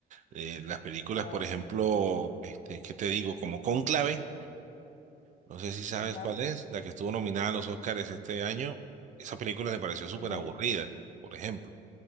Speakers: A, on the right; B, on the left.
A: Eh, las películas,
B: Ajá,
A: por ejemplo, este, ¿qué te digo? Como Cónclave. No sé si sabes
B: ajá,
A: cuál es, la que estuvo nominada a los Oscars este año. Esa película me pareció súper
B: ajá.
A: aburrida, por ejemplo,